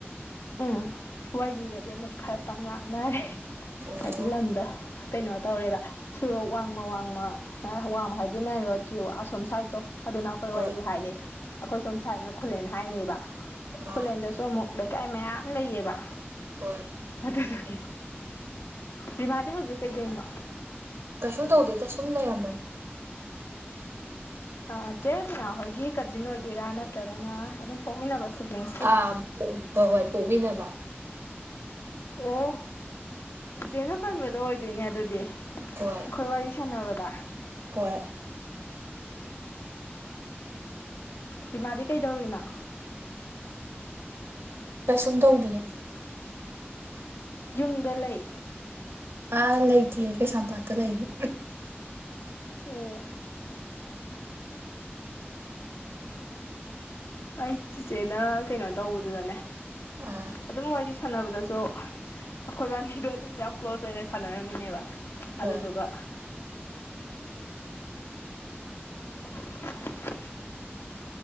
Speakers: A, on the left (about 75°); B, on the right (about 75°).
A: ꯎꯝ ꯋꯥꯏ ꯂꯤꯒꯗꯤ ꯑꯃꯨꯛ ꯈꯔ ꯄꯪ ꯂꯥꯛꯅꯔꯦ
B: ꯑꯣ ꯍꯣꯏ
A: ꯍꯥꯏꯗꯤ ꯂꯝꯗꯣ ꯀꯩꯅꯣ ꯇꯧꯔꯦꯕ ꯁꯣꯔꯣꯛ ꯋꯥꯡꯃ ꯋꯥꯡꯃ ꯋꯥꯡꯃ ꯍꯥꯏꯗꯤ ꯃꯦꯟ ꯔꯣꯗꯀꯤ ꯑꯁꯣꯝ ꯁꯥꯏꯗꯠꯇꯣ ꯑꯗꯨꯅ ꯑꯩꯈꯣꯏ
B: ꯍꯣꯏ
A: ꯋꯥꯔꯤ ꯍꯥꯏꯔꯦ ꯑꯩꯈꯣꯏ ꯁꯣꯝ ꯁꯥꯏꯠꯅ ꯈꯨꯂꯦꯟ ꯍꯥꯏꯔꯤꯅꯦꯕ
B: ꯑꯥ
A: ꯈꯨꯂꯦꯟꯗꯁꯨ ꯑꯃꯨꯛ ꯂꯩꯀꯥꯏ ꯃꯌꯥꯝ ꯂꯩꯌꯦꯕ
B: ꯍꯣꯏ
A: ꯑꯗꯨ ꯑꯗꯨꯒꯤ ꯔꯤꯃꯥꯗꯤ ꯍꯧꯖꯤꯛ ꯀꯩꯗꯅꯣ
B: ꯀꯩꯁꯨꯝ ꯇꯧꯗꯦꯗ ꯁꯨꯝ ꯂꯩꯔꯝꯕꯅꯤ
A: ꯑꯣ ꯆꯦꯔꯇꯅ ꯈꯣꯏꯒꯤ ꯀꯖꯤꯟ ꯑꯣꯏꯗꯣꯏꯔꯥ ꯅꯠꯇ꯭ꯔꯒꯅ ꯑꯗꯨꯝ ꯄꯣꯛꯃꯤꯟꯅꯕ ꯁꯤꯕ꯭ꯂꯤꯡ
B: ꯑꯥ ꯍꯣꯏ ꯍꯣꯏ ꯄꯣꯛꯃꯤꯟꯅꯕ
A: ꯑꯣ ꯏꯆꯦꯅ ꯄꯟꯕꯗꯣ ꯑꯣꯏꯗꯣꯏꯅꯦ ꯑꯗꯨꯗꯤ
B: ꯍꯣꯏ
A: ꯑꯩꯈꯣꯏ ꯋꯥꯔꯤ ꯁꯥꯟꯅꯕꯗ
B: ꯍꯣꯏ
A: ꯁꯤꯃꯥꯗꯤ ꯀꯩꯗꯧꯔꯤꯅꯣ
B: ꯀꯩꯁꯨꯝ ꯇꯧꯗꯤꯌꯦ
A: ꯌꯨꯝꯗ ꯂꯩ
B: ꯑꯥ ꯂꯩꯇꯤꯌꯦ ꯀꯩꯁꯥꯝꯄꯥꯠꯇ ꯂꯩꯌꯦ
A: ꯑꯣ ꯑꯩ ꯆꯤꯆꯦꯅ ꯀꯩꯅꯣ ꯇꯧꯕꯗꯨꯗꯅꯦ
B: ꯑꯥ
A: ꯑꯗꯨꯝ ꯋꯥꯔꯤ ꯁꯥꯟꯅꯕꯗꯁꯨ ꯑꯩꯈꯣꯏꯕꯥꯅꯤꯗꯣ ꯑꯗꯨꯝ ꯌꯥꯝ ꯀ꯭ꯂꯣꯖ ꯑꯣꯏꯅ ꯁꯥꯟꯅꯔꯝꯃꯤꯅꯦꯕ ꯑꯗꯨꯗꯨꯒ
B: ꯍꯣꯏ
A: <inaudible>